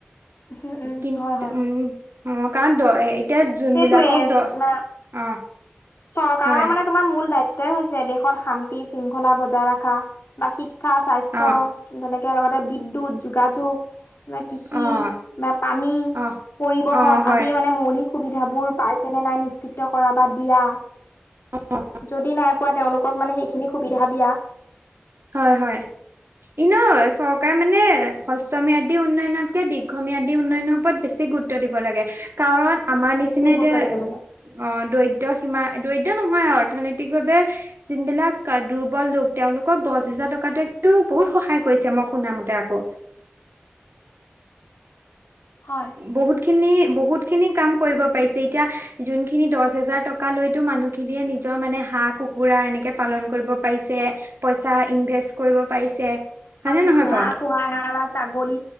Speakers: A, on the left; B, on the right.
A: উম উম
B: কিন্ত,
A: হয় হয়
B: উম, অ, কাৰণ দ এতিয়া যোনবিলাকক
A: সেইটোয়ে
B: দহ
A: তোমাৰ
B: অ।
A: চৰকাৰৰ
B: হয়
A: মানে তোমাৰ মূল দায়িত্বয়ই হৈছে, দেশত শান্তি শৃংখলা বজাই ৰখা বা শিক শিক্ষা, স্বাস্থ্য,
B: অ'
A: তেনেকে লগতে বিদ্যুৎ, যোগাযোগ। না কৃষি
B: অ'
A: না পানী
B: অ'
A: পৰিবহন
B: অ' হয়
A: আদি মানে মৌলিক সুবিধাবোৰ পাইছেনেে নাই নিশ্চিত কৰা বা দিয়া
B: <inaudible>
A: যদি নাই পোৱা তেওঁলোকক মানে সেইখিনি সুবিধা দিয়া।
B: হয় হয়। ই ন চৰকাৰ মানে হ্ৰস্বম্যাদী উন্নয়নতকৈ দীৰ্ঘম্যাদী উন্নয়ন ওপৰত বেছি গুৰুত্ব গুৰুত্ব দিব লাগে কাৰণ আমাৰ
A: বেছি
B: নিচিনা
A: গুৰুত্ব
B: এতিয়া
A: দিব লাগে।
B: অ দৰিদ্ৰ সীমা দৰিদ্ৰ নহয় অৰ্থনৈতিক ভাৱে যিনবিলাক দুৰ্বল লোক তেওঁলোক মোক দহ হেজাৰ টকাটো একটো বহুত সহায় কৰিছে মই শুনামতে আকৌ।
A: হয়।
B: বহুত খিনি বহুত খিনি কাম কৰিব পাৰিছে এতিয়া যোনখিনি দহ হেজাৰ টক থকালৈতো মানুহখিনিয়ে নিজৰ মানে হাঁহ, কুকুৰা এনেকে পালন কৰিব পাৰিছে। পইচা ইনভেষ্ট কৰিব পাৰিছে। হয়নে
A: হাঁহ, কুকুৰা
B: নহয় বাৰু?
A: পোহা এটা এটা মানে ছাগলী